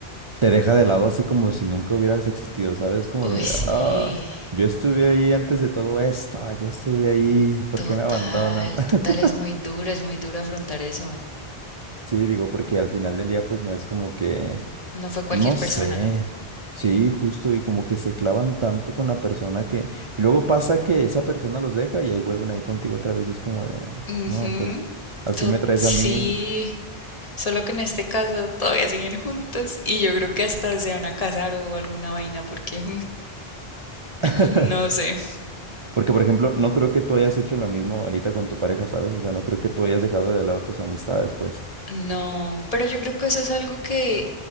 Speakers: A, on the right; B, on the left.
A: te deja de lado así como si nunca hubieras existido, ¿sabes? Como
B: Uy,
A: de,
B: sí,
A: ah, yo estuve ahí antes de todo esto, ya estuve ahí, ¿por
B: total,
A: qué me abandonas? <laughs>
B: total, es muy duro, es muy duro afrontar eso.
A: Sí, digo, porque al final del día pues no es como que...
B: No fue cualquier
A: No sé.
B: persona.
A: Sí, justo, y como que se clavan tanto con la persona que... Y luego pasa que esa persona los deja y ahí vuelven ahí contigo otra vez y es como de,
B: Ujú,
A: no, pues así
B: tot-
A: me traes
B: sí.
A: a mí.
B: Solo que en este caso todavía siguen juntos y yo creo que hasta se van a casar o alguna vaina porque
A: <laughs>
B: <laughs> no sé.
A: Porque, por ejemplo, no creo que tú hayas hecho lo mismo ahorita con tu pareja, ¿sabes? O sea, no creo que tú hayas dejado de lado tus amistades, pues.
B: No, pero yo creo que eso es algo que